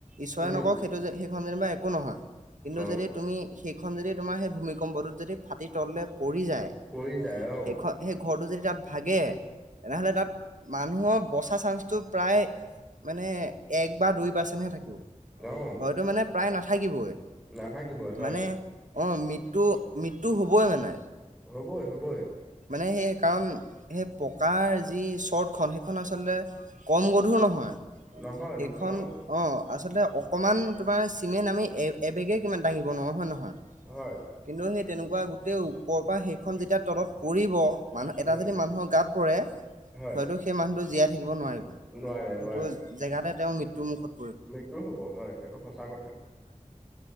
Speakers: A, on the right; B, in the centre.
A: ঈশ্বৰে
B: উম,
A: নকও সেইটো যে সেইখন যেনিবা একো নহয়। কিন্তু
B: অ',
A: যদি তুমি সেইখন যদি তোমাৰ সেই ভূমিকম্পটোত যদি ফাটি তললে পৰি যায়।
B: পৰি যায় অ',
A: সেইখন সেই ঘৰটো যদি তাত ভাগে তেনেহলে তাত মানুহৰ বচা চানসটো প্ৰায় মানে এক বা দুই পাৰ্চেন্টহে থাকিব।
B: অ',
A: হয়তো মানে প্ৰায় নাথাকিবই,
B: নাথাকিবই হয়
A: মানে অ' মৃত্যু, মৃত্যু হবই মানে।
B: হ'বই হ'বই।
A: স কাৰণ সেই পকাৰ যি শৰ্টখন সেইখন আচলতে কম গধুৰ নহয়,
B: নহয় নহয়
A: এইখন অ' আচলতে অকণমান তোমাৰ চিমেণ্ট আমি এবেগে কিমান দাঙিব নোৱাৰোঁ হয় নহয়?
B: হয়।
A: কিন্তু সেই তেনেকুৱা গোটেই ওপৰৰ পৰা সেইখন যেতিয়া তলত পৰিব মানুহ এটা
B: উম,
A: যদি মানুহৰ গাত পৰে,
B: হয়।
A: হয়তো সেই মানুহটো জীয়াই সেইটো
B: নোৱাৰে নোৱাৰে
A: জেগাতে তেওঁৰ মৃত্্যু মুখত
B: মৃত্যু হ'ব হয় সেইটো সঁচা কথা।